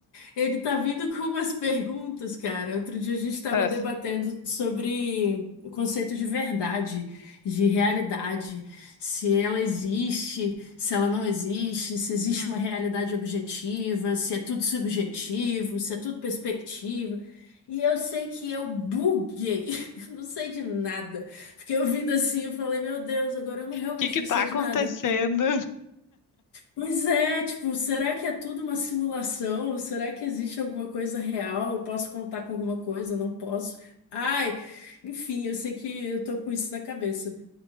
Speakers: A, on the left (about 85°); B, on the left (about 50°).
A: Ele tá vindo com umas perguntas, cara. Outro dia a gente estava
B: Ah,
A: debatendo sobre o conceito de verdade, de realidade, se ela existe, se ela não existe, se existe
B: hum.
A: uma realidade objetiva, se é tudo subjetivo, se é tudo perspectiva. E eu sei que eu buguei, <laughs> não sei de nada. Fiquei ouvindo assim, eu falei, meu Deus, agora eu não, realmente
B: O que que
A: não
B: tá
A: sei
B: acontecendo?
A: de nada. Pois é, tipo, será que é tudo uma simulação? Será que existe alguma coisa real? Eu posso contar com alguma coisa? Eu Não posso. Ai, enfim, eu sei que eu tô com isso na cabeça.